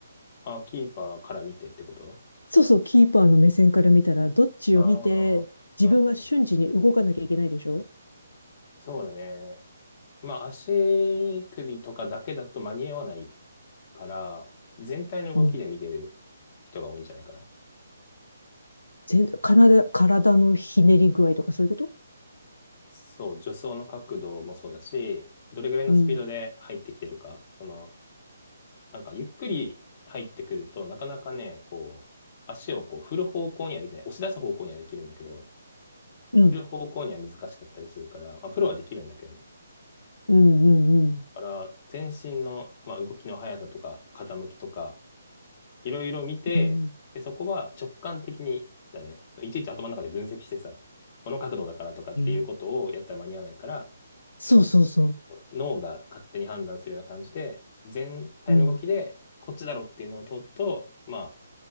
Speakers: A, on the left; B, on the left.
A: あ、キーパーから見てってこと
B: そうそう、キーパーの目線から見たら、どっちを見て、
A: ああー、
B: 自分は瞬時に動かなきゃいけないでしょ
A: うん、そうだね。まあ、足首とかだけだと間に合わないから、全体の動きで見てる
B: うん。
A: 人が多いんじゃないかな。
B: 全然、体、体のひねり具合とかそういうこと
A: そう、助走の角度もそうだし、どれぐらいのスピードで入ってきてるか、
B: うん。
A: その、なんかゆっくり入ってくると、なかなかね、こう、足をこう振る方向にはできない。押し出す方向にはできるんだけど、
B: うん。
A: 振る方向には難しかったりするから、まあ、プロはできるんだけどね。
B: うん、うん、
A: だから、全身の、まあ、動きの速さとか、傾きとか、いろいろ見て、
B: うん。
A: で、そこは直感的に、だね、そういちいち頭の中で分析してさ、この角度だからとかっていうことをやったら間に合わないから、
B: うん。そうそうそ
A: 脳が勝手に判断するような感じで、全体の動きで、
B: う。うん。
A: こっちだろっていうのを通ると、まあ、